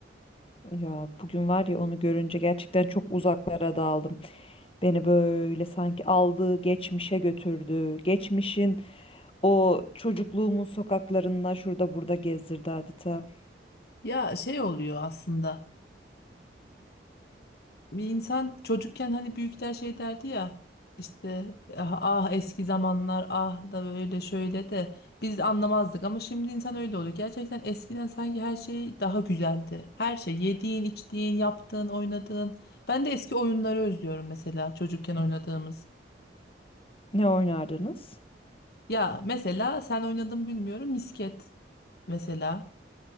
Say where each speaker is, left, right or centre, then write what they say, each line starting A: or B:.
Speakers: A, on the left (about 30°); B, on the left (about 60°).
A: Ya bugün var ya onu görünce gerçekten çok uzaklara daldım. Beni böyle sanki aldığı geçmişe götürdü. Geçmişin o çocukluğumun sokaklarında şurada burada gezdirdi adeta.
B: Ya şey oluyor aslında. Bir insan çocukken hani büyükler şey derdi ya işte ah, ah eski zamanlar ah da böyle şöyle de biz anlamazdık ama şimdi insan öyle oluyor. Gerçekten eskiden sanki her şey daha güzeldi. Her şey yediğin, içtiğin, yaptığın, oynadığın. Ben de eski oyunları özlüyorum mesela çocukken oynadığımız.
A: Ne oynardınız?
B: Ya mesela sen oynadın mı bilmiyorum misket mesela.